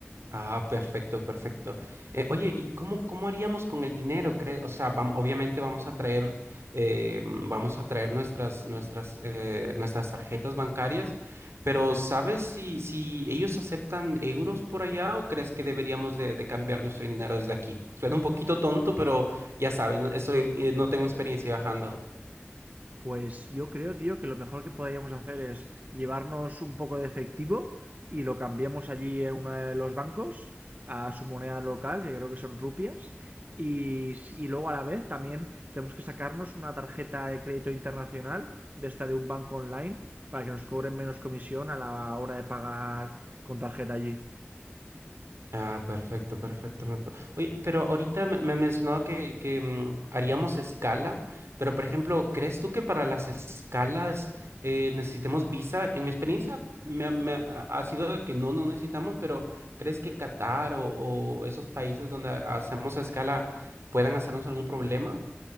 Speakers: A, on the right; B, on the right.
A: Ah, perfecto, perfecto. Eh, oye, ¿y cómo, cómo haríamos con el dinero? cre- O sea, vam- obviamente vamos a traer, eh, mm, vamos a traer nuestras, nuestras, eh, nuestras tarjetas bancarias, pero ¿sabes si, si ellos aceptan euros por allá o crees que deberíamos de, de cambiar nuestro dinero desde aquí? Suena un poquito tonto, pero ya saben, estoy, eh, no tengo experiencia viajando.
B: Pues yo creo, tío, que lo mejor que podríamos hacer es llevarnos un poco de efectivo y lo cambiamos allí en uno de los bancos a su moneda local, que creo que son rupias. Y, y luego a la vez también tenemos que sacarnos una tarjeta de crédito internacional de esta de un banco online para que nos cobren menos comisión a la hora de pagar con tarjeta allí.
A: Ah, perfecto, perfecto. me pa- Oye, pero ahorita me, me mencionaba que, que mm, haríamos escala, pero por ejemplo, ¿crees tú que para las escalas eh, necesitemos visa? En mi experiencia me, ha me ha- ha sido de que no, no necesitamos, pero ¿crees que Qatar o, o esos países donde hacemos escala puedan hacernos algún problema?